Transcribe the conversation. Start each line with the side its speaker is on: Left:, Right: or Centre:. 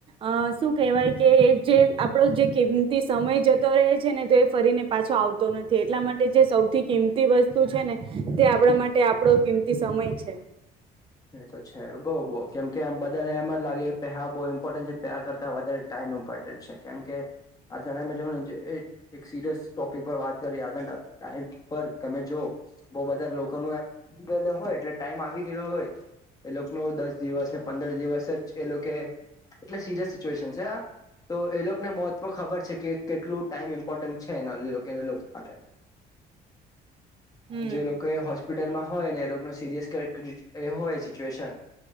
Right: અ શું કહેવાય કે જે આપણો જે કિંમતી સમય જતો રહે છે ને તો એ ફરીને પાછો આવતો નથી એટલા માટે જે સૌથી કિંમતી વસ્તુ છે ને તે આપણા માટે આપડો કિંમતી સમ સમય છે.
Left: એ તો છે બઉ બહુ કેમ કે આમ બધાને એમ જ લાગે કે પેહા બહુ ઇમ્પોર્ટન્ટ છે પહા કરતા વધારે ટાઈમ ઇન્પોટેન્ટર છે કેમ કે આજ <unintelligible> એક સિરિયસ ટોપિક પર વાત કરી આ ટાઈમ પર તમે જ જો બઉુ બધા લોકો નુ એમ આવી ગયેલ હોય એટલે ટાઈમ આવી ગયલો એ લોકો નુ દસ દિવસ ને પંદર દિવસ જ એ લોકે એટલે સિરિયસ સિચ્યુએશન છે આ તો એ લોકોને મોતમાં ખબર છે કે કેટલું ટાઈમ એમ ઈમ્પોર્ટન્ટ છે <unintelligible> લોકો માટે,
Right: હમ
Left: જે લોકોએ હોસ્પિટલમાં હોય ને સિરયસ <unintelligible> એ હોય સિચ્યુએશન